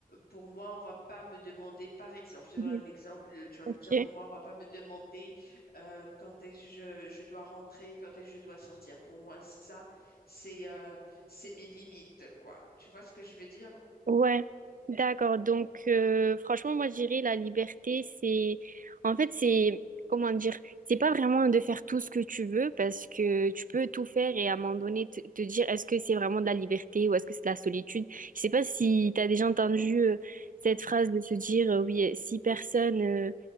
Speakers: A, on the left (about 75°); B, on the right (about 60°).
A: pour moi, on va pas me demander, par exemple, je te
B: Mhm.
A: donne un exemple, tu vas
B: Ok.
A: me dire, pour moi, on va pas me demander euh, quand est-ce que je, je dois rentrer, quand est-ce que je dois sortir. Pour moi, ça, c'est euh, c'est mes limites, quoi. Tu vois ce que je veux dire?
B: Ouais, d'accord. Donc, euh, franchement, moi, je dirais la liberté, c'est, en fait, c'est, comment dire, c'est pas vraiment de faire tout ce que tu veux parce que tu peux tout faire et à un moment donné te, te dire est-ce que c'est vraiment de la liberté ou est-ce que c'est de la solitude. Je sais pas si t'as déjà entendu euh, cette phrase de se dire euh, oui, si personne, euh,